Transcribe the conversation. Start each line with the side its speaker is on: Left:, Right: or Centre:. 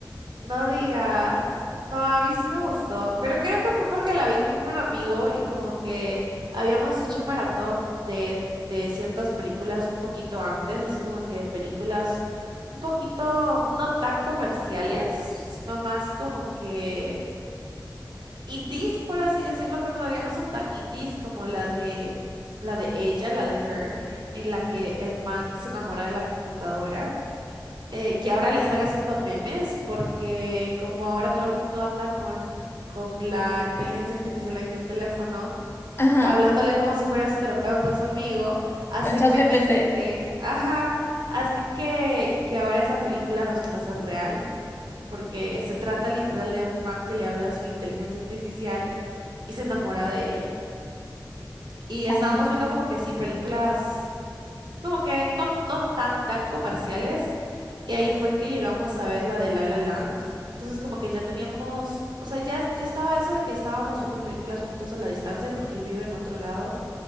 Right: no digas. No, a mí sí me gustó. Pero creo que fue porque la vi con un amigo y como que habíamos hecho maratón de, de ciertas películas un poquito antes, así como que películas un poquito no tan comerciales, sino más como que indies, por así decirlo, pero en realidad no son tan indies como la de la de ella, la de Her, en la que el man se enamora de la computadora, eh, que ahora le están haciendo memes porque como ahora todo el mundo anda con con la inteligencia artificial en el teléfono,
Left: Ajá,
Right: hablándole como si fuera su terapeuta o su amigo, hacen
Left: con ChatGPT.
Right: memes de que, ajá, hacen que que ahora esa película resulta ser real. ¿no? Porque se trata literal de un man que le habla a su inteligencia artificial y se enamora de ella. Y
Left: Ay.
Right: estábamos viendo como que así películas, como que no, no tan, tan comerciales. Y ahí fue que llegamos a ver la de La La Land. Entonces como que ya teníamos, o sea, ya, ya estaba eso de que estábamos viendo películas juntos a la distancia porque él vive en otro lado.